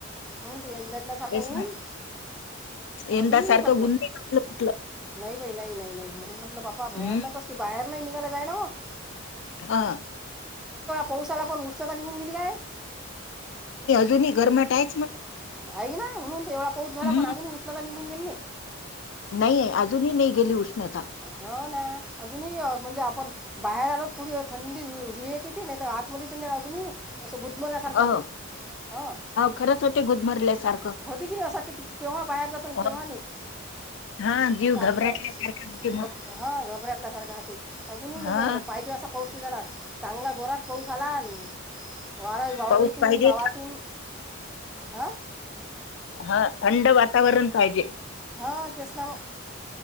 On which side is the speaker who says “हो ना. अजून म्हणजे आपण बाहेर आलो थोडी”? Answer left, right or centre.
Centre